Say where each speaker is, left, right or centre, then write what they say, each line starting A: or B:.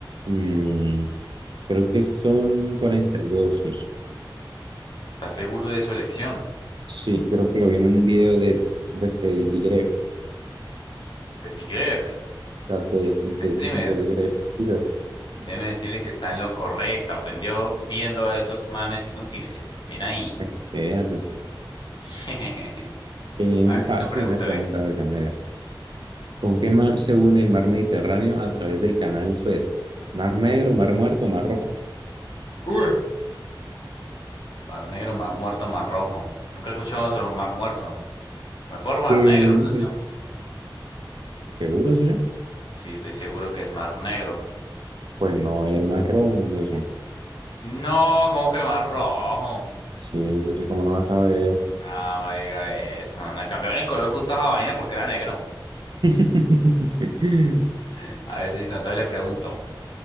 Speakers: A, on the right; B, on the left.
A: Mm, creo que son 42.
B: ¿Estás seguro de su elección?
A: Sí, creo que lo vi en un video de, de este Digref,
B: De TGF,
A: quizás de, de,
B: streamer.
A: de Digref, quizás.
B: Déjeme decirle que está en lo correcto. Aprendió viendo a esos manes inútiles. Bien ahí.
A: para que veas, o sea,
B: <laughs>
A: eh,
B: A ver,
A: fácil
B: Osito, pregúntame.
A: la pregunta de mira. ¿Con qué mar se une el mar Mediterráneo a través del canal Suez? ¿Mar Negro, Mar Muerto, Mar Rojo?
B: Uy. Mar negro, mar muerto, mar rojo. Nunca escuchamos sobre un mar muerto. Voy por mar
A: Pues,
B: negro, socio.
A: ¿Seguro eso ya?
B: Sí, estoy seguro que es mar negro.
A: Pues no, era el más rojo, es eso.
B: No, ¿cómo que mar rojo?
A: Sí, eso sí, como no vas a ver.
B: No no me diga eso. Le cambiaron el color justo a esa vaina porque era negro.
A: <laughs>
B: <laughs> A ver si entonces le pregunto.